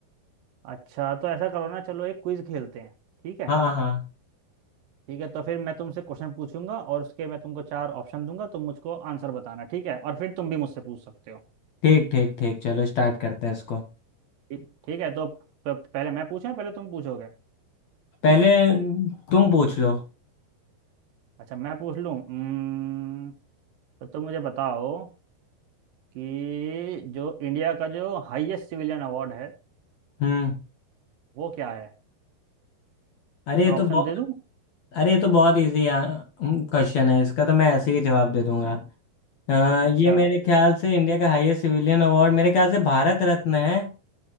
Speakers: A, on the right; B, on the left.
A: अच्छा तो ऐसा करो ना चलो एक क्विज खेलते हैं ठीक है
B: हाँ हाँ
A: ठीक है तो फिर मैं तुमसे क्वेश्चन पूछूंगा और उसके मैं तुमको चार ऑप्शन दूंगा तुम मुझको आंसर बताना ठीक है और फिर तुम भी मुझसे पूछ सकते हो
B: ठीक ठीक ठीक चलो स्टार्ट करते हैं इसको
A: ठीक ठीक है तो प- पहले मैं पूछूं या पहले तुम पूछोगे
B: पहले तुम पूछ लो
A: अच्छा मैं पूछ लूं हम्म, तो तुम मुझे बताओ कि जो इंडिया का जो हाईएस्ट सिविलियन अवार्ड है
B: हम्म
A: वो क्या है
B: अरे ये
A: मैं ऑप्शन
B: तो बहुत
A: दे दूं
B: अरे ये तो बहुत इजी क्वेश्चन है इसका तो मैं ऐसे ही जवाब दे दूंगा हाँ
A: अच्छा
B: ये मेरे ख्याल से इंडिया का हाईएस्ट सिविलियन अवार्ड मेरे ख्याल से भारत रत्न है